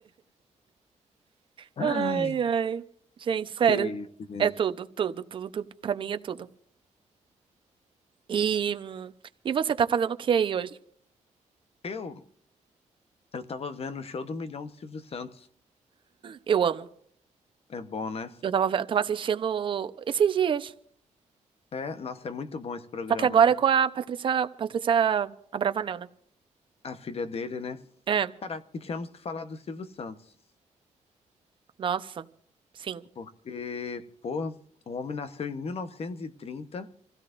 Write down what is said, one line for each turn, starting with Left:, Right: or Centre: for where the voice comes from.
Left: Ai,
Right: Ai, ai. Gente, sério.
Left: que isso, gente.
Right: É tudo, tudo, tudo, tudo. Pra mim é tudo. E, hum, e você tá fazendo o que aí hoje?
Left: Eu, Eu tava vendo o show do Milhão do Silvio Santos.
Right: Eu amo.
Left: É bom, né?
Right: Eu tava, ve- eu tava assistindo esses dias.
Left: É, nossa, é muito bom esse programa,
Right: Só que agora
Left: né?
Right: é com a Patrícia, Patrícia Abravanel, né?
Left: A filha dele, né?
Right: É,
Left: Caraca, e tínhamos que falar do Silvio Santos.
Right: nossa, sim.
Left: Porque, pô, o homem nasceu em 1930 e trinta